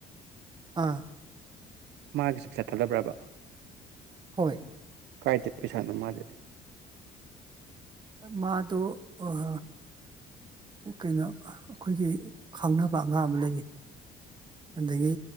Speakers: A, on the right; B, on the right.
A: ꯑꯥ꯫
B: ꯃꯥꯒꯤꯁꯨ ꯄꯩꯁꯥ ꯊꯥꯗꯕ꯭ꯔꯕ꯫
A: ꯍꯣꯏ
B: ꯀꯥꯏꯗꯦ ꯄꯩꯁꯥꯅ ꯃꯥꯗꯦ
A: ꯃꯥꯗꯣ ꯑꯍꯣ ꯀꯩꯅꯣ ꯑꯩꯈꯣꯏꯒꯤ ꯈꯪꯅꯕ ꯑꯉꯥꯡ ꯑꯃ ꯂꯩꯌꯦ ꯑꯗꯒꯤ